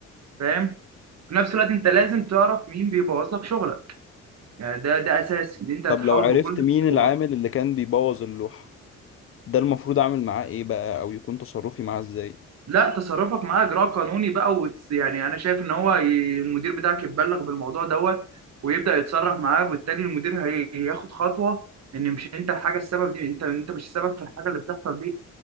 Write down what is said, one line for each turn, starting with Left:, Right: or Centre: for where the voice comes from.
Right: فاهم في نفس الوقت انت لازم تعرف مين بيبوظ لك شغلك يعني ده ده اساس ان انت هتحاول
Left: طب لو عرفت
Right: بكل
Left: مين
Right: الطرق
Left: العامل
Right: بقى
Left: اللي كان بيبوظ اللوحة ده المفروض اعمل معاه ايه بقى او يكون تصرفي معاه ازاي
Right: لا تصرفك معاه اجراء قانوني بقى وت... يعني انا شايف ان هو ي... المدير بتاعك يتبلغ بالموضوع دوت ويبدأ يتصرف معاه وبالتالي المدير هي- هياخد خطوة ان مش انت الحاجة السبب دي انت انت مش السبب في الحاجة اللي بتحصل دي